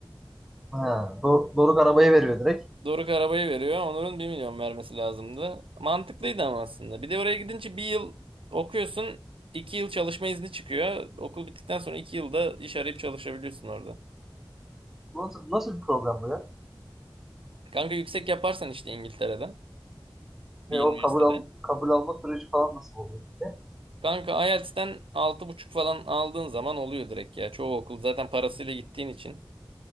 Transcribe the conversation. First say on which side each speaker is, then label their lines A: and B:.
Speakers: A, in the centre; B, on the right.
A: Ha, Do Doruk arabayı veriyor direkt.
B: Doruk arabayı veriyor. Onur'un bir milyon vermesi lazımdı. Mantıklıydı ama aslında. Bir de oraya gidince bir yıl okuyorsun. iki yıl çalışma izni çıkıyor. Okul bittikten sonra 2 yılda iş arayıp çalışabiliyorsun orada.
A: Bu Nasıl, nasıl bir program bu ya?
B: Kanka yüksek yaparsan işte İngiltere'de. Bir
A: E,
B: üniversitede.
A: o kabul, al kabul alma süreci falan nasıl oluyor peki?
B: Kanka IELTS'ten altı buçuk falan aldığın zaman oluyor direkt ya. Çoğu okul zaten parasıyla gittiğin için.